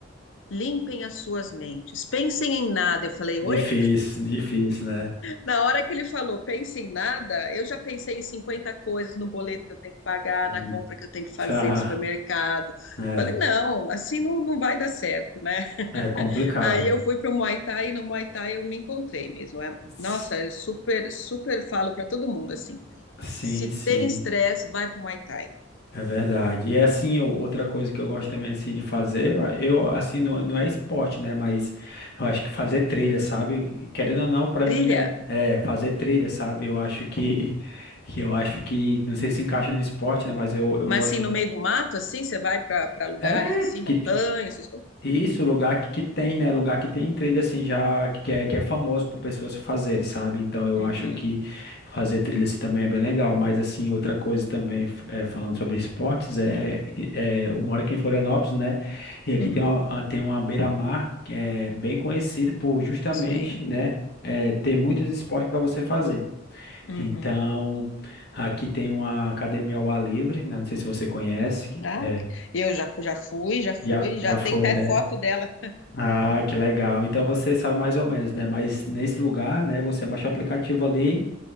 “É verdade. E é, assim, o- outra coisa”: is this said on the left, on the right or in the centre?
Left